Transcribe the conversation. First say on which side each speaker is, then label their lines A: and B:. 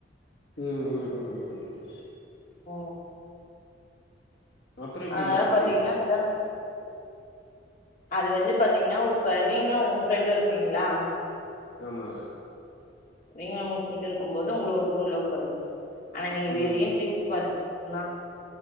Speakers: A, on the left; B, on the left.
A: ம் ம் ம் ம் ம் புரிது
B: ஹ
A: அப்புறோ எப்டி
B: ஆஹ்
A: மாறிச்சு
B: பாத்தீங்கன்னா கல்யாணம் அது வந்து பாத்தீங்கன்னா இப்ப நீங்களும் உங்க ஃப்ரெண்டும் இருக்கீங்களா
A: ஆமா
B: நீங்கள உங்க ஃப்ரெண்டு இருக்கும்போது உங்களுக்கு ஒரு பொண்ணு லவ் பண்ணுது ஆனா நீங்க பெரிய
A: ம்
B: ட்ரிங்க்ஸ் பார்ட்டி என்ன